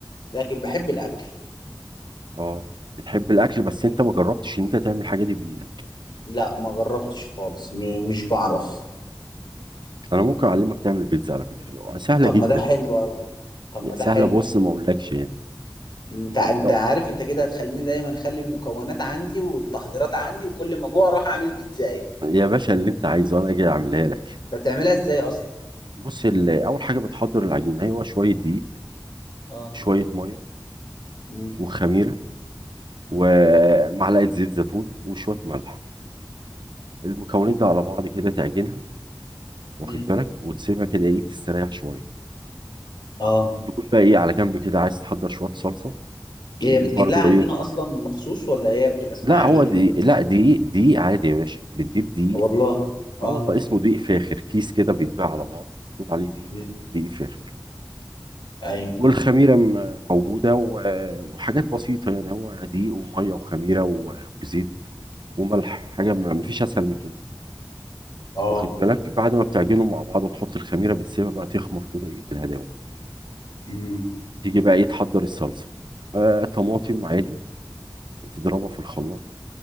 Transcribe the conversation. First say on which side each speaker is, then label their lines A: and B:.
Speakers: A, on the left; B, on the right.
A: لكن بحب الاكل
B: اه بتحب الاكل بس انت ما جربتش ان انت تعمل الحاجه دي بايدك
A: لا ما جربتش خالص م... مش بعرف
B: انا ممكن اعلمك تعمل بيتزا على فكره سهله
A: طب
B: جدا
A: ما ده حلو أوي طب ما
B: سهله
A: ده حلو
B: بص ما اقولكش يعني
A: انت انت
B: آه،
A: عارف انت كده هتخليني دايما اخلي المكونات عندي والتحضيرات عندي وكل ما اجوع اروح اعمل بيتزاية
B: يا باشا اللي انت عايزه انا اجي اعملها لك
A: انت بتعملها ازاي اصلا
B: بص ال- اول حاجه بتحضر العجينه هو شويه دقيق
A: اه
B: شوية مية
A: امم
B: وخميرة ومعلقة زيت زيتون وشوية ملح المكونات دي على بعض كده تعجنها واخد
A: امم
B: بالك وتسيبها كده ايه تستريح شوية
A: اه
B: تكون بقى ايه على جنب كده عايز تحضر شوية صلصة
A: هي
B: بتجيب
A: بتجيب
B: برضو
A: لها عجينة
B: ايه
A: اصلا مخصوص ولا هي بتبقى اسمها
B: لا
A: عجينة
B: هو دقيق
A: بيتزا
B: لا دقيق دقيق عادي يا باشا بتجيب دقيق
A: والله اه
B: اه والله اسمه دقيق فاخر كيس كده بيتباع على بعضه مكتوب عليه دقيق
A: مم.
B: ايه دقيق فاخر
A: ايوه
B: والخميرة م- موجودة و- وحاجات بسيطة يعني هو دقيق ومية وخميرة و- وزيت وملح حاجة ما فيش أسهل من كده
A: اه
B: واخد بالك بعد ما بتعجنهم مع بعض وتحط الخميره بتسيبها بقى تخمر كده ايه بالهداوه
A: امم
B: تيجي بقى ايه تحضر الصلصه آه طماطم عادي تضربها في الخلاط